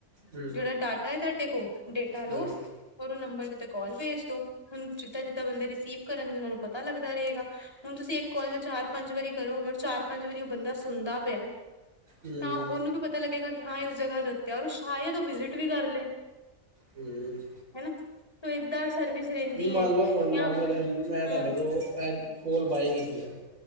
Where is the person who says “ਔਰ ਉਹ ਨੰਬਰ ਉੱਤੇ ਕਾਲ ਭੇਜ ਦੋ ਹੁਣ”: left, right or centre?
Left